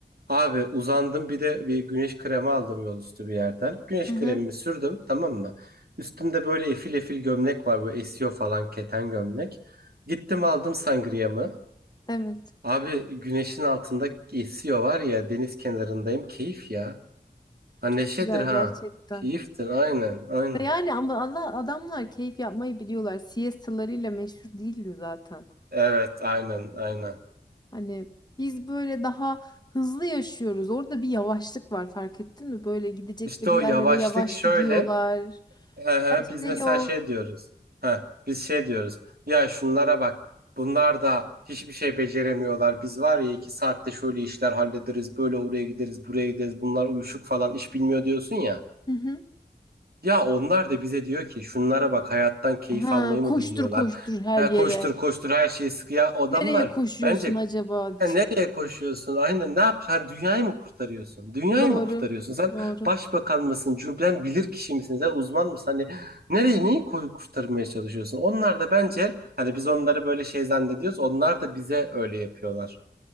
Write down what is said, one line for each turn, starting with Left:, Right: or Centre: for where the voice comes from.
Right: Abi uzandım bir de bir güneş kremi aldım yol üstü bir yerden. Güneş
Left: Hı hı.
Right: kremimi sürdüm tamam mı? Üstümde böyle efil efil gömlek var böyle esiyor falan keten gömlek. Gittim aldım sangriyamı.
Left: Evet.
Right: Abi güneşin altında esiyor var ya deniz kenarındayım keyif ya. Ha neşedir
Left: Çok güzel
Right: ha.
Left: gerçekten.
Right: Keyiftir aynen aynen.
Left: Yani ama Allah- adamlar keyif yapmayı biliyorlar. Siestalarıyla meşhur değildi zaten.
Right: Evet aynen aynen.
Left: Hani biz böyle daha hızlı yaşıyoruz. Orada bir yavaşlık var fark ettin mi? Böyle gidecekleri
Right: İşte o
Left: yerlere
Right: yavaşlık
Left: yavaş
Right: şöyle.
Left: gidiyorlar.
Right: He
Left: Bir
Right: he,
Left: acele
Right: biz mesela
Left: yok.
Right: şey diyoruz. ha biz şey diyoruz. Ya şunlara bak. Bunlar da hiçbir şey beceremiyorlar. Biz var ya iki saatte şöyle işler hallederiz. Böyle oraya gideriz buraya gideriz. Bunlar uyuşuk falan iş bilmiyor diyorsun ya.
Left: Hı hı.
Right: Ya onlar da bize diyor ki şunlara bak hayattan keyif
Left: Ha,
Right: almayı mı
Left: koştur
Right: biliyorlar?
Left: koştur her
Right: Ha,
Left: yere.
Right: koştur koştur her şeyi sık. Ya adamlar
Left: Nereye koşuyorsun
Right: bence
Left: acaba?
Right: "Ha, nereye koşuyorsun? Aynen ne yap? Sen dünyayı mı kurtarıyorsun? Dünyayı
Left: <laughs> Doğru.
Right: mı kurtarıyorsun? Sen
Left: Doğru.
Right: başbakan mısın? Cümlen bilir kişi misin? Sen uzman mısın? Hani nereyi neyi koyu kurtarmaya çalışıyorsun? Onlar da bence hani biz onları böyle şey zannediyoruz. Onlar da bize öyle yapıyorlar.